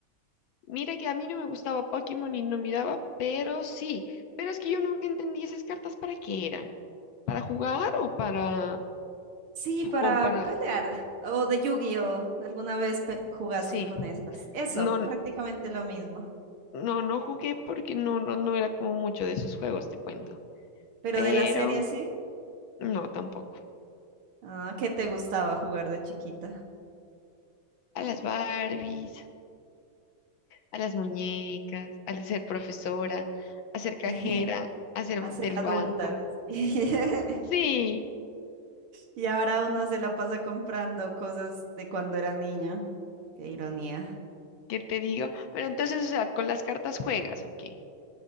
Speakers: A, on the left; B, on the right.
A: Mira que a mí no me gustaba Pokémon y no miraba, pero sí, pero es que yo nunca entendí esas cartas para qué eran. ¿Para jugar o para,
B: Sí,
A: pues,
B: para
A: como para,
B: pelear. O de Yu-Gi-Oh! ¿Alguna vez pe- jugaste
A: sí,
B: con esas? Eso,
A: no, n-
B: prácticamente lo mismo.
A: no, no jugué porque no, no, no era como mucho de esos juegos, te cuento.
B: Pero
A: Pero
B: de la serie, sí.
A: no, tampoco.
B: Ah, ¿qué te gustaba jugar de chiquita?
A: A las Barbies, a las muñecas, al ser profesora, a ser cajera,
B: <laughs>
A: a ser
B: A ser
A: del
B: adulta.
A: banco.
B: ves. <laughs>
A: Sí,
B: Y ahora uno se la pasa comprando cosas de cuando era niño. Qué ironía.
A: ¿qué te digo? Pero entonces, o sea, con las cartas juegas, ¿ok?